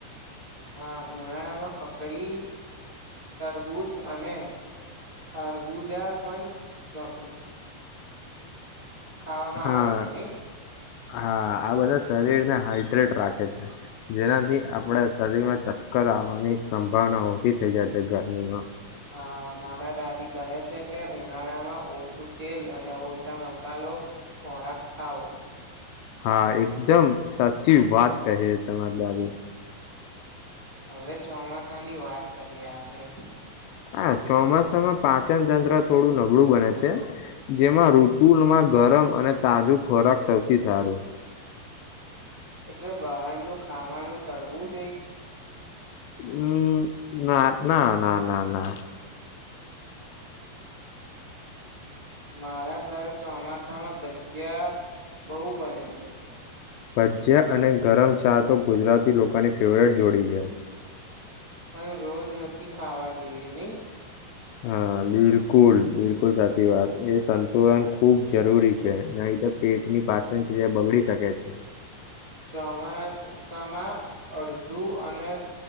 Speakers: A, on the right; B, on the left.
A: હા ઉનાળામાં કકડી તરબૂજ અને ખરબુજા પણ ખાવામાં
B: હા
A: આવે છે નહી
B: હા આ બધા શરીર ના હાઈડ્રેટ રાખે છે જેનાથી આપણે શરીરમાં ચક્કર આવવાની સંભાવના ઓછી થઈ જાય છે ગરમીમાં
A: હ મારા દાદી કહે છે કે ઉનાળા માં ઓછું તેલ અને ઓછા મસાલો ખોરાક ખાવો
B: હા એકદમ સાચી વાત કહી ર તમારી દાદી
A: હવે ચોમાસાની વાત કરીએ આપણે
B: હા ચોમાસામાં પાચન તંત્ર થોડું નબળું બને છે જેમાં ઋતુમાં ગરમ અને તાજું ખોરાક સૌથી સારું
A: એટલે બહારનુંું ખાવાનું તળવું જ
B: હમ ના ના ના ના ના
A: મારા ઘરે ચોમાસામાં ભચ્ચિયા બહુ બને છે
B: ભજ્યા અને ગરમ ચા તો ગુજરાતી લોકોની ફેવરટ જોડી છે
A: પણ રોજ નથી ખાવા જોઈએ નહી
B: હા બિલકુલ બિલકુલ સાચી વાત એ સંતુલન ખુબ જરૂરી છે નહી તો પેટની પાચન ક્રિયા બગડી શકે છે
A: ચોમાસામાં અડધું અને